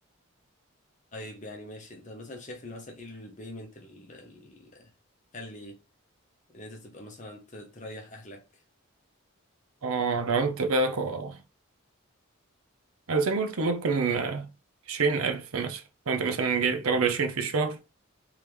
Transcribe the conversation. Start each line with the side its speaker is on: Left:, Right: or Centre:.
Left: طيب يعني ماشي انت مثلا شايف ان مثلا ايه البيمنت اللي تخلي ان انت تبقى مثلا ت- تريح اهلك
Right: اه لو انت بقى كو- أنا زي ما قلت ممكن عشرين ألف مثلا لو انت مثلا جاي تاخد عشرين في الشهر